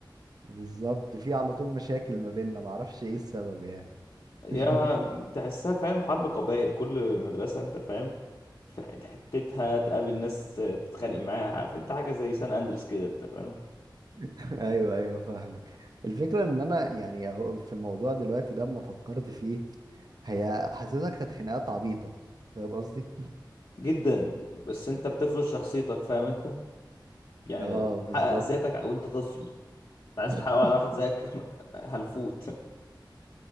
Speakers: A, on the right; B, on the left.
A: بالظبط في على طول مشاكل ما بيننا معرفش ايه السبب يعني
B: يا
A: <laughs>
B: تحسها فاهم حرب قبائل كل مدرسة انت فاهم في ح- حتتها تقابل ناس تتخانق معاها عارف انت حاجة زي سان اندرس كده انت فاهم
A: ايوه ايوه فاهمك الفكره ان انا يعني اهو في الموضوع دلوقتي ده اما فكرت فيه هي حاسسها كانت خناقات عبيطه فاهم قصدي
B: جدا بس انت بتفرض شخصيتك فاهم انت يعني
A: اه
B: بتحقق
A: بالظبط
B: ذاتك وانت طفل عايز
A: <laughs>
B: تحققه على واحد زيك <laughs> هلفوت